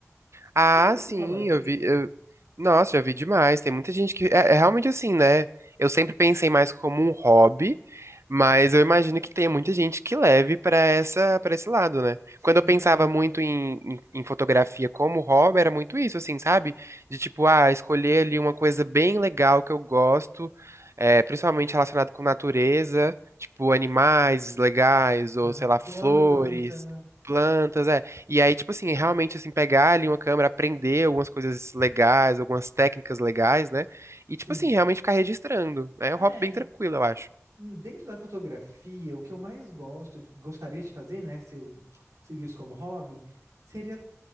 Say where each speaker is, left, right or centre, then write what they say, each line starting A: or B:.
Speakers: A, on the right; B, on the right.
A: Ah,
B: Você ouviu
A: sim,
B: falar disso?
A: eu vi. eu- Nossa, já vi demais. Tem muita gente que. É, é realmente assim, né? Eu sempre pensei mais como um hobby, mas eu imagino que tem muita gente que leve pra essa, para esse lado, né?
B: Sim.
A: Quando eu pensava muito em, em, em fotografia como hobby, era muito isso, assim, sabe? De tipo, ah, escolher ali uma coisa bem legal que eu gosto, é, principalmente relacionado com natureza, tipo animais legais, ou
B: Aham.
A: sei lá, flores,
B: Planta.
A: plantas.
B: Aham.
A: é. E aí, tipo assim, realmente assim, pegar ali uma câmera, aprender algumas coisas legais, algumas técnicas legais, né? E,
B: Sim.
A: tipo assim, realmente ficar registrando. É
B: É,
A: um hobby bem tranquilo, eu acho.
B: Dentro da fotografia, o que eu mais gosto, de- gostaria de fazer, né, se eu seguisse como hobby, seria,